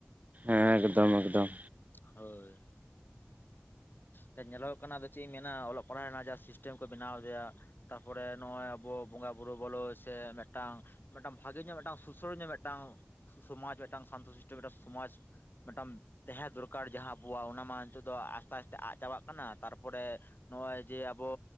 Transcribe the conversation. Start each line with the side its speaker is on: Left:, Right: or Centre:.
Right: ᱦᱮᱸ ᱮᱠᱫᱚᱢ ᱮᱠᱫᱚᱢ
Left: ᱦᱳᱭ ᱡᱟ ᱧᱮᱞᱚᱜ ᱠᱟᱱᱟ ᱟᱫᱚ ᱪᱮᱫ ᱤᱧ ᱢᱮᱱᱟ ᱚᱞᱚᱜ ᱯᱟᱲᱦᱟᱜ ᱨᱮᱱᱟᱜ ᱡᱟ ᱥᱤᱥᱴᱮᱢ ᱠᱚ ᱵᱮᱱᱟᱣ ᱞᱮᱜᱟ᱾ ᱛᱟᱯᱚᱨᱮ ᱱᱚᱜ ᱚᱚᱭ ᱟᱵᱚ ᱵᱚᱸᱜᱟ ᱵᱩᱨᱩ ᱵᱚᱞᱚ ᱥᱮ ᱢᱤᱫᱴᱟᱝ ᱢᱤᱫᱴᱟᱝ ᱵᱷᱟᱜᱮ ᱧᱚᱜ ᱢᱤᱫᱴᱟᱝ ᱥᱩᱥᱟᱹᱨ ᱧᱚᱜ ᱢᱤᱫᱴᱟᱝ ᱥᱚᱢᱟᱡᱽ ᱢᱤᱫᱴᱟᱝ ᱥᱟᱱᱛᱚ ᱥᱨᱤᱥᱴᱚ ᱢᱤᱫᱴᱟᱝ ᱥᱚᱢᱟᱡᱽ ᱢᱤᱫᱴᱟᱝ ᱛᱟᱦᱮᱸ ᱫᱚᱨᱠᱟᱨ ᱡᱟᱦᱟᱸ ᱟᱵᱚᱣᱟᱜ ᱚᱱᱟ ᱢᱟ ᱱᱤᱛᱚᱜ ᱫᱚ ᱟᱥᱛᱮ ᱟᱥᱛᱮ ᱟᱫ ᱪᱟᱵᱟᱜ ᱠᱟᱱᱟ ᱛᱟᱨᱯᱚᱨᱮ ᱱᱚᱜ-ᱚᱭ ᱡᱮ ᱟᱵᱚ